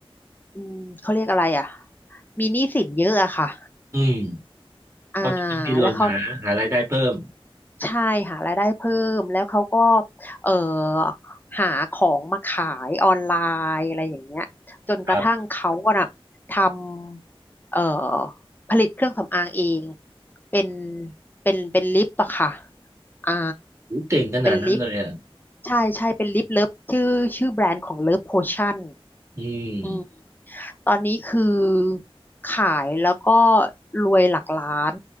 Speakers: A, on the left; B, on the right.
A: อืมเขาเรียกอะไรอ่ะมีหนี้สินเยอะอะค่ะ
B: อืม
A: อ่า
B: เขาะดิ้นดิ้นรนหาหารายได้เพิ่ม
A: แล้วเขา ใช่หารายได้เพิ่มแล้วเขาก็เอ่อหาของมาขายออนไลน์อะไรอย่างเงี้ยจนกระทั่งเขาอะน่ะท
B: ครับ
A: ำเอ่อผลิตเครื่องสำอางเองเป็นเป็นเป็นลิปอะค่ะอ่า
B: โหเก่งขนาดนั้นเลยอ่ะ
A: เป็นลิปใช่ใช่เป็นลิปเลิฟชื่อชื่อแบรนด์ของเลิฟโพชั่น
B: อืม
A: อืมตอนนี้คือขายแล้วก็รวยหลักล้าน